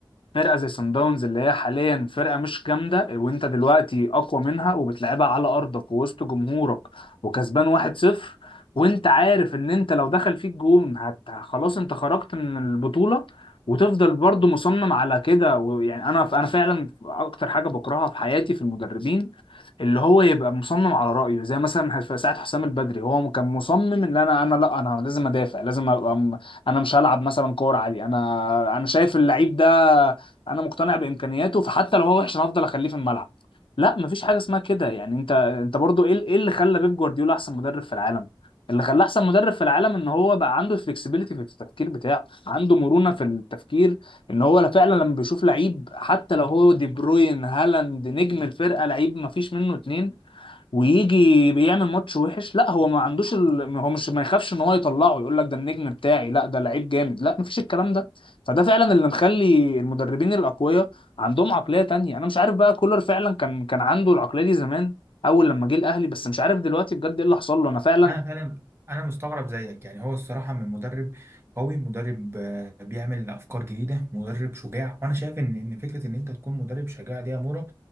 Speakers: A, on the left; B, on the right.
A: فرقه زي سان داونز اللي هي حاليا فرقه مش جامده وانت دلوقتي اقوى منها وبتلعبها على ارضك ووسط جمهورك وكسبان 1-0 وانت عارف ان انت لو دخل فيك جون هت... خلاص انت خرجت من البطوله وتفضل برضو مصمم على كده ويعني انا انا فعلا اكتر حاجه بكرهها في حياتي في المدربين اللي هو يبقى مصمم على رأيه زي مثلا في ساعة حسام البدري هو كان مصمم ان انا انا لا انا لازم ادافع لازم ابقى م- انا مش هلعب مثلا كورة عالية انا انا شايف اللعيب ده انا مقتنع بامكانياته فحتى لو هو وحش انا هفضل اخليه في الملعب لا مفيش حاجه اسمها كده يعني انت انت برضو ايه ايه اللي خلى بيب جوارديولا احسن مدرب في العالم اللي خلاه احسن مدرب في العالم ان هو بقى عنده فلكسبيليتي في التفكير بتاعه عنده مرونه في التفكير ان هو فعلا لما بيشوف لعيب حتى لو هو دي بروين هالاند نجم الفرقه لعيب مفيش منه اتنين ويجي بيعمل ماتش وحش لا هو ما عندوش ال... هو مش ما يخافش ان هو يطلعه يقول لك ده النجم بتاعي لا ده لعيب جامد لا مفيش الكلام ده فده فعلا اللي مخلي المدربين الاقوياء عندهم عقلية تانية انا مش عارف بقى كولر فعلا كان كان عنده العقلية دي زمان اول لما جه الاهلي بس مش عارف دلوقتي بجد ايه اللي حصل له انا فعلا
B: انا فعلا انا مستغرب زيك يعني هو الصراحه من مدرب قوي مدرب آه، بيعمل افكار جديده مدرب شجاع وانا شايف ان ان فكره ان انت تكون مدرب شجاع دي يا مورا